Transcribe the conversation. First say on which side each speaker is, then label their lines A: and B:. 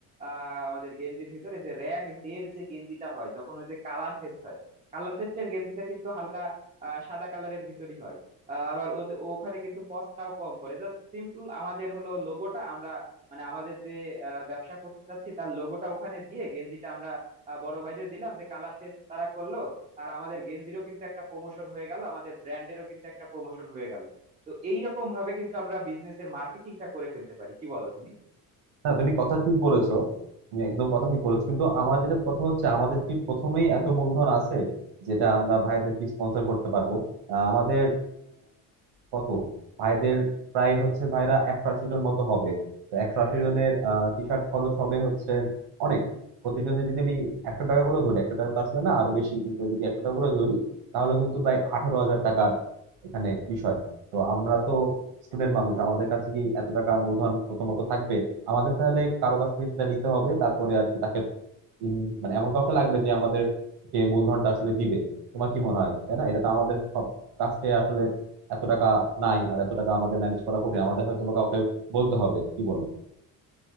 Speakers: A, on the right; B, on the right.
A: আহ আমাদের গেঞ্জির ভিতরে যে র্যাগ ডের যে গেঞ্জিটা হয় যখন ওই যে কালার ফেস্ট হয় কালার ফেস্টের গেঞ্জিটা কিন্তু হালকা আহ, সাদা কালারের ভিতরই হয় আহ, আবার ওদে- ওখানে কিন্তু কস্টটাও কম পড়ে জাস্ট সিম্পল আমাদের হলো লোগোটা আমরা মানে আমাদের যে আহ, ব্যবসা করতে চাচ্ছি তার লোগোটা ওখানে দিয়ে গেঞ্জিটা আমরা আহ, বড় ভাইদের দিলাম যে কালার ফেস্ট তারা করলো আর আমাদের গেঞ্জিরও কিন্তু একটা প্রমোশন হয়ে গেল আমাদের ব্র্যান্ডেরও কিন্তু একটা প্রমোশন হয়ে গেল তো এইরকম ভাবে কিন্তু আমরা বিজনেসের মার্কেটিংটা করে ফেলতে পারি কি বলো তুমি
B: না তুমি কথা ঠিক বলেছো তুমি একদম কথা ঠিক বলেছো কিন্তু আমার যেটা কথা হচ্ছে আমাদের কি প্রথমেই এত মূলধন আছে যেটা আমরা ভাইদেরকে স্পন্সর করতে পারবো আহ, আমাদের কত ভাইদের প্রায় হচ্ছে ভাইরা একশো আশি জন মতো হবে তো একশো আশি জনের টি শার্ট খরচ হবে হচ্ছে অনেক প্রতিজনে যদি আমি একশো টাকা করে ধরি একশো টাকা তো আসলে না আরো বেশি কিন্তু যদি একশো টাকা করে ধরি তাহলে কিন্তু প্রায় আঠারো হাজার টাকার এখানে বিষয় তো আমরা তো স্টুডেন্ট মানুষ আমাদের কাছে কি এত টাকা মূলধন প্রথমত থাকবে আমাদের তাহলে কারো কাছ থেকে সেটা নিতে হবে তারপরে আর কি তাকে ইন মানে এমন কাউকে লাগবে যে আমাদেরকে মূলধনটা আসলে দিবে তোমার কি মনে হয় তাই না এটা তো আমাদের সব কাছ থেকে আসলে এত টাকা নাই আর এত টাকা আমাদের ম্যানেজ করা কঠিন আমাদের হয়তো বা কাউকে বলতে হবে কি বলো